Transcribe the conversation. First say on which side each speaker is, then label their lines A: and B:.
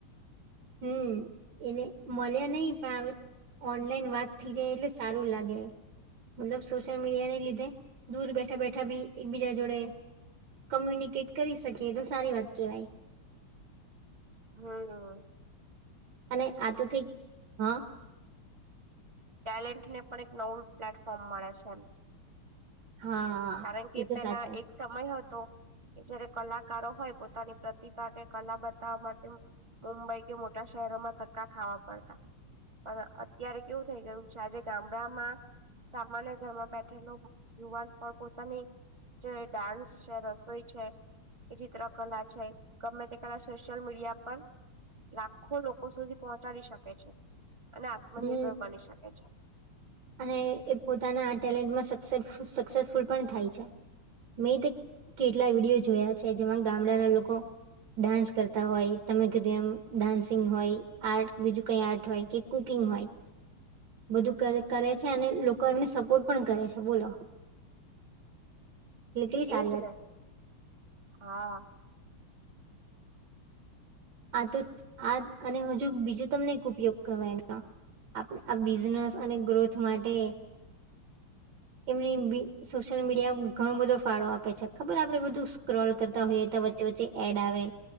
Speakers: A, on the right (about 60°); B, on the right (about 15°).
A: હમ્મ એલે મળ્યા નહી પણ અપ ઓનલાઈન વાત થથી જાય એટલે સારું લાગે. મતલબ સોશિલ મીડિયા ન લીધે દૂર બેઠા બેઠા ભી એકબીજા જોડે કોમ્યુનિકેટ કરી શકી એ તો સારી વાત કહેવાય
B: હમ્મ
A: અને આતું થી હ
B: ટેલેન્ટ ને પણ એક નવું પ્લેટફોર્મ મળે છે એમ
A: હા
B: કારણ કે
A: એ તો
B: પેલા
A: સાચે
B: એક સમય હતો કે જયારે કલાકારો હોય પોતાની પ્રતિભા કે કલા બતાવવા માટે મુંબઈ કે મોટા શહેરોમાં ધક્કા ખાવા પડતા પણ અત્યારે કેવું થઈ ગયું છે આજે ગામડામાં સામાન્ય ઘરમાં બેઠેલો યુવાન પણ પોતાની જે ડાન્સ છે રસોઈ છે. કે ચિત્ર કલા છે ગમે તે કલા સોશિયલ મીડિયા પર લાખો લોકો સુધી પહોંચાડી શકે છે અને આત્મનિર્ભર
A: હમ
B: બની શકે છે.
A: અને એ પોતાના આ ટેલેન્ટમાં સ સક્સેસફુલ પણ થાય છે. મેં તો કેટલા વિડીયો જોયા છે જેમાં ગામડાના લોકો ડાન્સ કરતા હોય તમે કીધું એમ ડાન્સિંગ હોય આર્ટ બીજું કઈ આર્ટ હોય કે કુકિંગ હોય બધું કરે કરે છે અને લોકો એમને સપોર્ટ પણ કરે છે બોલો એટલે કેટલી
B: એજ
A: સારી વાત
B: ને હા
A: આ તો આ અને હજુ બીજું તમને એક ઉપયોગ કરવા એનો આપણે આ બિઝનેસ અને ગ્રોથ માટે એમની સોશિયલ મીડિયા ઘણો બધો ફાળો આપે છે ખબર આપડે બધું સ્ક્રોલ કરતા હોઈએ વચ્ચે એડ આવે